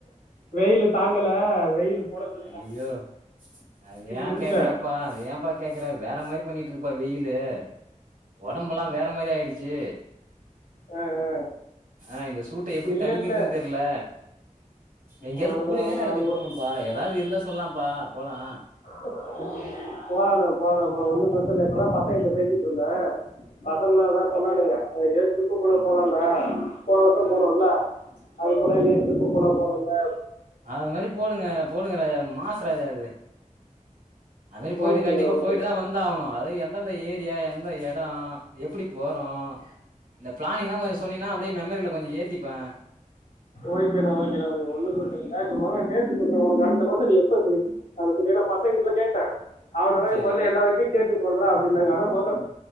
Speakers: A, on the left; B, on the right.
A: வெயிலு தாங்கல வெயிலு பொலக்குது
B: ஐயயோ அத யேன்
A: முடிச்சேன்
B: கேக்கிறப்பா ஏன்பா கேக்கிற வேற மாரி பண்ணிட்ருக்குப்பா வெயிலு அ ஒடம்பெல்லா வேற மாரி ஆய்டுச்சு
A: ஆ, ஆ.
B: ஆ இந்த சூட்ட எப்டி
A: இல்ல
B: தணிக்கிறதுன்
A: இல்ல
B: தெர்ல எங்கயாது
A: அவ்வளவுதான்
B: கூலிங்கான
A: அவ்வளவுதான்
B: எடத்துக்கு
A: அது
B: போணும்பா ஏதாது இருந்தா சொல்லாம்ப்பா போலா
A: அ போலாணா போலாணா ஒன்னு பிரச்ச இப்பதா பசங்கட்ட பேசிட்ருந்தே பசங்களு அதா சொன்னானுங்க <inaudible> ட்ரிப்பு போல
B: ம்
A: போலண்டா போன வர்ஷம் போனோல
B: ஆ
A: அது போல எங்கயாது ட்ரிப்பு போல போலாண்டா
B: அ அது மாரி போடுங்க போடுங்க ராஜ மாஸ் ராஜா அது அவரு போய்ட்டு
A: ஓகேண்ணா
B: கண்டிப்பா
A: ஓகேண்ணா
B: போய்ட்டு தா வந்தாகணு அது எந்தெந்த ஏரியா எந்த எட எப்டி போறோ அ இந்த ப்ளானிங்லா கொஞ்சொ சொன்னீங்கனா அப்டியே மெமரில கொஞ்சொ ஏத்திப்பே
A: ஓக்கேணா‌ ஓக்கேணா ஒன்னு பிரச்சனை இல்ல நா மொத கேட்டு சொல்றே உனக்கு அடுத்த மாஷோ நீ செரி அதுக்கு மொத பசங்கட்ட கேட்டே அவனால
B: செரி
A: முதல்ல எல்லார்கிட்டயு கேட்டு சொல்றா அப்டினாங்க அதா மொதல்ல